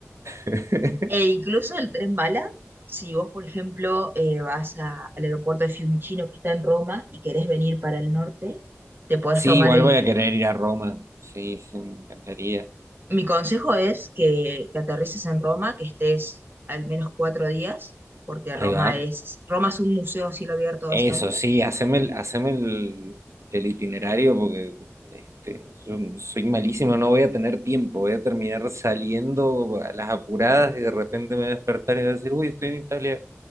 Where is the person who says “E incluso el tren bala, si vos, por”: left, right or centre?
Right